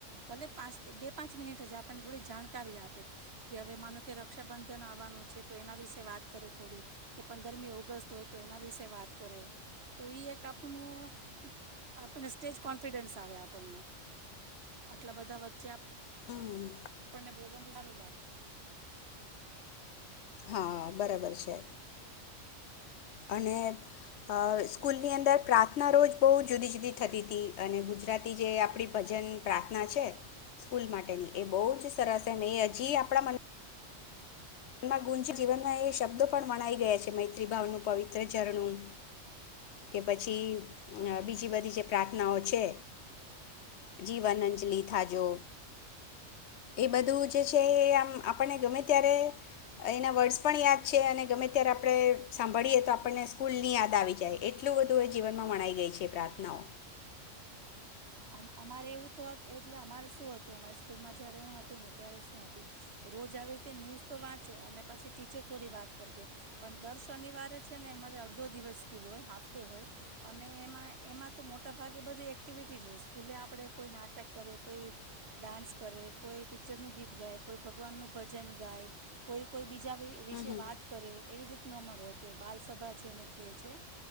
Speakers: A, on the right; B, on the left.
A: ભલે પાંચ બે પાંચ મિનિટ જ આપણને થોડી જાણકારી આપે કે હવે માનો કે રક્ષાબંધન આવવાનું છે તો એના વિશે વાત કરે થોડી કે પંદરમી ઓગસ્ટ હોય તો એના વિશે વાત કરે તો એક આપણું આપને સ્ટેજ કોન્ફિડન્સ આવે આપણને આટલા બધા વચ્ચે
B: હમ
A: આપણને બોલવા હારું લાગે.
B: હા બરાબર છે અને અ સ્કૂલની અંદર પ્રાર્થના રોજ બહુ જુદી જુદી થતી તી હતી અને ગુજરાતી જે આપડી ભજન પ્રાર્થના છે સ્કૂલ માટેની એ બહુ જ સરસ એ એ હજી આપણા મ ન ગુંજી જીવનમાં એ શબ્દો પણ વણાઈ ગયા છે મૈત્રી ભાવનું પવિત્ર ઝરણું કે પછી બીજી બધી જે પ્રાર્થનાઓ છે જીવન અંજલિ થાજો એ બધું જે છે એ આમ આપને ગમે ત્યારે એના વર્ડસ પણ યાદ છે અને ગમે ત્યારે આપણે સાંભળીએ તો આપણને સ્કૂલ ની યાદ આવી જાય એટલું બધું એ જીવનમાં વણાઈ ગઈ છે પ્રાર્થનાઓ.
A: અમ અમારે એવું તોત એટલે અમારે શું હતું અમારી સ્કૂલમાં જયારે એ હતી ને ત્યારે શું હતું રોજ આવી રીતે ન્યૂઝ તો વાંચે અને પછી ટીચર થોડી વાત કર દે પણ દર શનિવારે છે ને અમારે અડધો દિવસ સ્કૂલ હોય હાફ ડે હોય અને એમાં એમાં તો મોટાભાગે બધી એક્ટિવિટી જ હોય. સ્કૂલે આપડે કોઈ નાટક કરે કોઈ ડાન્સ કરે કોઈ પિક્ચર નું ગીત ગાય કોઈ ભગવાન નું ભજન ગાય કોઈ કોઈ બીજા વિશે
B: હમ હમ
A: વાત કરે. એવી રીત ન અમારો હતો એ બાલ સભા જેને કીએ છે